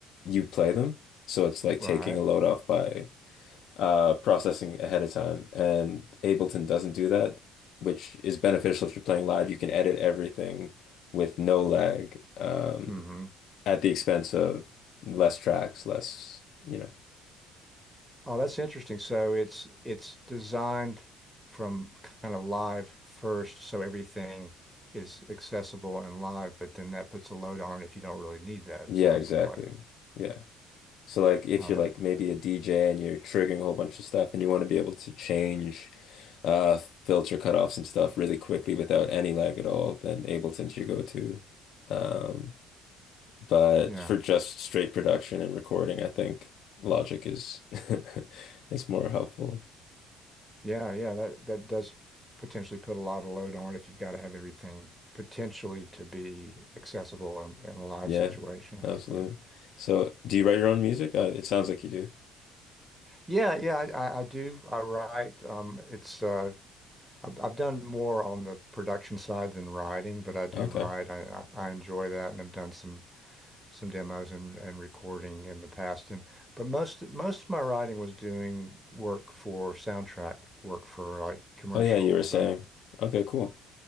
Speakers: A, on the left; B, in the centre.
A: you play them. So it's like taking
B: Right.
A: a load off by uh, processing ahead of time. And Ableton doesn't do that, which is beneficial if you're playing live. You can edit everything with no lag, um,
B: hmm
A: at the expense of less tracks, less, you know.
B: Oh, that's interesting. So it's it's designed from kind of live first, so everything is accessible and live, but then that puts a load on it if you don't really need that,
A: Yeah,
B: it sounds
A: exactly.
B: like.
A: Yeah. So like if
B: Uh,
A: you're like maybe a DJ and you're triggering a whole bunch of stuff and you want to be able to change uh filter cutoffs and stuff really quickly without any lag at all, then Ableton's your go-to. Um But
B: yeah.
A: for just straight production and recording, I think Logic is <laughs> is more helpful.
B: Yeah, yeah, that that does potentially put a lot of load on it if you've got to have everything potentially to be accessible in, in a live
A: Yeah,
B: situation, I
A: absolutely.
B: would think.
A: So, do you write your own music? Uh, it sounds like you do.
B: Yeah, yeah, I, I, I do. I write. Um, it's uh, I've, I've done more on the production side than writing, but I do
A: Okay.
B: write. I, I I enjoy that, and I've done some some demos and, and recording in the past. And but most most of my writing was doing work for soundtrack, work for like commercials
A: Oh yeah, you were saying.
B: and
A: Okay, cool.